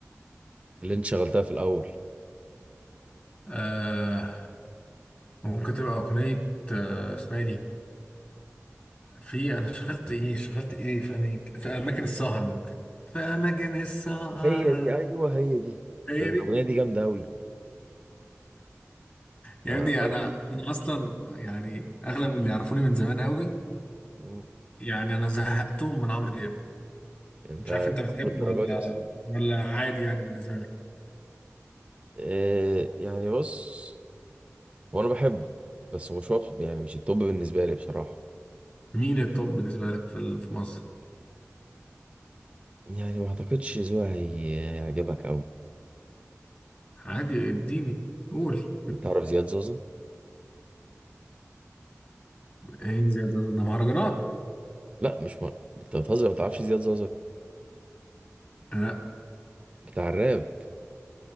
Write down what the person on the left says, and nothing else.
آه ممكن تبقى اغنيه آه اسمها إيه دي في انا شغلت ايه شغلت ايه في أنهي في اماكن السهر ممكن في اماكن السهر
هي
دي
يا
ابني
انا انا اصلا يعني اغلب اللي يعرفوني من زمان قوي
يعني انا زهقتهم من عمرو دياب
مش عارف انت بتحبه
ولا
ولا عادي يعني بالنسبه لك
مين التوب بالنسبه لك في ال- في مصر
عادي اديني قول
ايه يا ده ده مهرجانات
لا